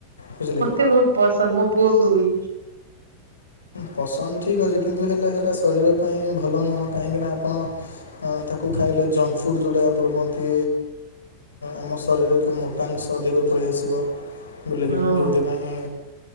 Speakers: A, on the left; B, on the right.
A: ବୁଝିଲେ କି?
B: ମତେ ବହୁତ୍ ପସନ୍ଦ। ମୋକ୍ ପୁଅକୁ ବି।
A: ପସନ୍ଦ ଠିକ୍ ଅଛି କିନ୍ତୁ ହେଲେ ସେଇଟା ଶରୀର ପାଇଁ ଭଲ ନୁହଁ। କାହିଁକିନା ଆପଣ ତାକୁ ଖାଇଲେ ଜଙ୍କ୍ ଫୁଡ୍ ଯୋଉଟା ଆପଣ କୁହନ୍ତି। ଆମ ଶରୀର ଏତେ ମୋଟାଂଶ ଅଧିକ ପଳେଇ ଆସିବ। ବୁଲେକି
B: ହଁ
A: ଯୋଉଥିପାଇଁ